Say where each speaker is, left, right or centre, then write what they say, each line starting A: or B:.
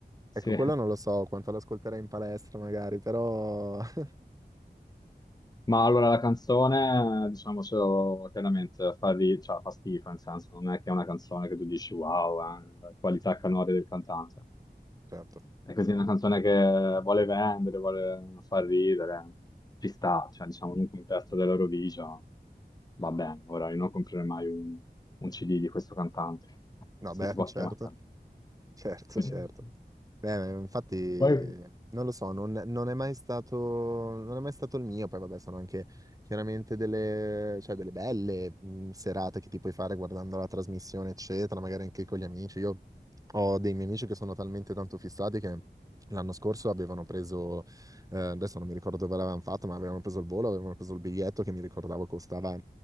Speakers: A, on the left (about 20°); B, on the right (about 20°).
A: Sì,
B: Ecco, quello non lo so quanto l'ascolterei in palestra magari, però... <laughs>
A: ma allora la canzone, diciamocelo chiaramente, fa, ri- cioè, fa schifo, nel senso, non è che è una canzone che tu dici wow, eh, la qualità canore del cantante.
B: Certo.
A: È così una canzone che vuole vendere, vuole far ridere, ci sta, cioè diciamo in un contesto dell'Eurovision, va bene, ora io non comprerei mai un, un CD di questo cantante,
B: No,
A: se
B: beh,
A: si può
B: certo,
A: chiamare
B: certo,
A: cantante.
B: certo. Eh, infatti,
A: Poi,
B: non lo so, non, non è mai stato, non è mai stato il mio. Poi, vabbè, sono anche chiaramente delle, cioè, delle belle mh, serate che ti puoi fare guardando la trasmissione, eccetera, magari anche con gli amici. Io ho dei miei amici che sono talmente tanto fissati che l'anno scorso avevano preso, eh, adesso non mi ricordo dove l'avevano fatto, ma avevano preso il volo, avevano preso il biglietto che mi ricordavo costava